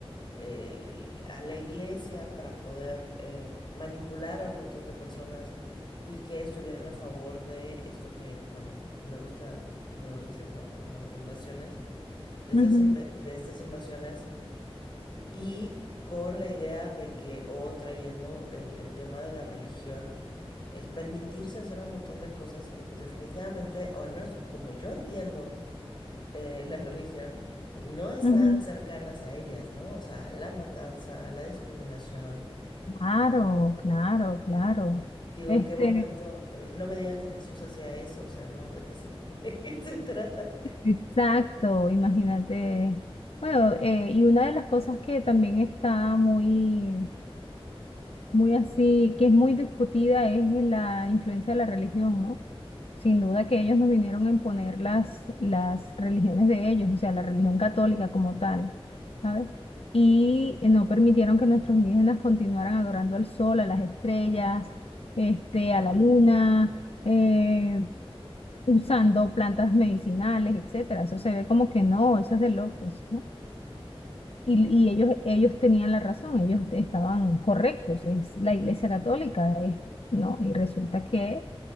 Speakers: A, on the left; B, on the left.
A: eh, a la iglesia para poder eh, manipular a un montón de personas y que estuvieran a favor de esto que, bueno, me gusta, como lo dices, ¿no? Como invasiones, de estas,
B: Ujú,
A: inve- de estas invasiones y con la idea de que, o trayendo el, el tema de la religión, es permitirse hacer un montón de cosas que pues definitivamente, o al menos como yo entiendo, eh, la religión, pues no están
B: ujú.
A: cercanas a ellas, ¿no? O sea, la matanza, la discriminación.
B: Claro,
A: eh,
B: claro, claro.
A: digo,
B: Este,
A: ¿en qué momento? N- No me digan que Jesús hacía eso, o sea, ¿no? ¿De qué se, <laughs> de qué se trata?
B: exacto, imagínate. Bueno, eh, y una de las cosas que también está muy muy así, que es muy discutida, es la influencia de la religión, ¿no? Sin duda que ellos nos vinieron a imponer las, las religiones de ellos, o sea, la religión católica como tal, ¿sabes? Y no permitieron que nuestros indígenas continuaran adorando al sol, a las estrellas, este, a la luna, eh, usando plantas medicinales, etcétera. Eso se ve como que no, eso es de locos, ¿no? Y, y ellos, ellos tenían la razón, ellos estaban correctos, es la Iglesia Católica, es, no, y resulta que